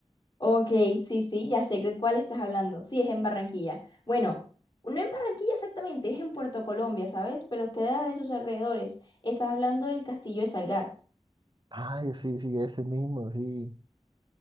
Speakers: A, on the left; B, on the right.
A: Ok, sí, sí, ya sé de cuál estás hablando. Sí, es en Barranquilla. Bueno, no en Barranquilla exactamente, es en Puerto Colombia, ¿sabes? Pero queda en sus alrededores. Estás hablando del Castillo de Salgar.
B: Ay, sí, sí, ese mismo, sí.